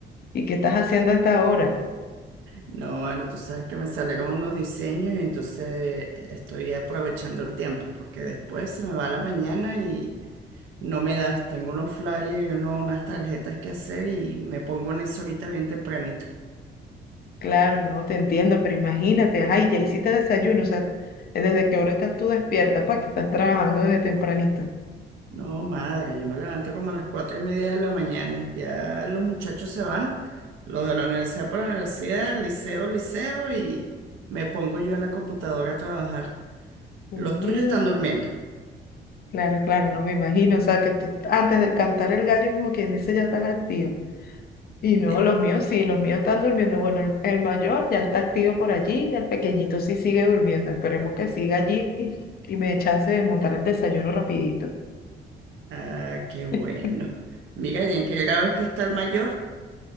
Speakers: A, on the left (about 50°); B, on the right (about 75°).
A: ¿Y qué estás haciendo a esta hora?
B: No, bueno, tú sabes que me salieron unos diseños y entonces eh, estoy aprovechando el tiempo porque después se me va la mañana y no me das. Tengo unos flyers y uno- unas tarjetas que hacer y me pongo en eso ahorita bien tempranito.
A: Claro, no te entiendo, pero imagínate, ay, ya hiciste desayuno, o sea, ¿desde qué hora estás tú despierta? ¿Para qué estás trabajando desde tempranito?
B: No, madre, yo me levanto como a las cuatro y media de la mañana. Ya los muchachos se van, los de la universidad para la universidad, liceo, liceo, y me pongo yo en la computadora a trabajar.
A: Mm,
B: Los tuyos están durmiendo.
A: Claro, claro, no me imagino. O sea, que tú antes del cantar el gallo, como quien dice, ya estás activo. Y no,
B: Eh,
A: los míos sí, los míos están durmiendo. Bueno, el, el mayor ya está activo por allí, el pequeñito sí sigue durmiendo. Esperemos que siga allí y me dé chance de montar el desayuno rapidito.
B: ah, qué bueno.
A: <laughs>
B: Mira, ¿y en qué grado es que está el mayor?